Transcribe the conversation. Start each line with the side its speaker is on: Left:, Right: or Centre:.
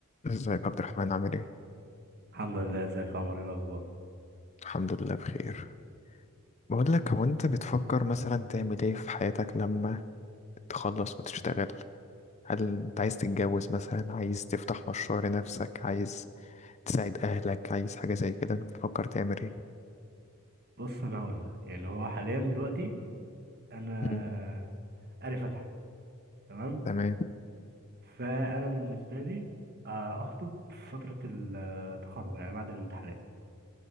Left: ازيك يا عبد الرحمن عامل ايه؟
Right: الحمد لله ازيك يا عمر ايه الاخبار
Left: الحمد لله بخير بقول لك هو انت بتفكر مثلا تعمل ايه في حياتك لما تخلص وتشتغل هل انت عايز تتجوز مثلا عايز تفتح مشروع لنفسك عايز تساعد اهلك عايز حاجة زي كده انت بتفكر تعمل ايه
Right: بص انا هقول لك يعني هو حاليا دلوقتي انا
Left: مم.
Right: قاري فاتحه تمام
Left: تمام
Right: فانا بالنسبه لي آه، اخطب في فتره التخرج يعني بعد الامتحانات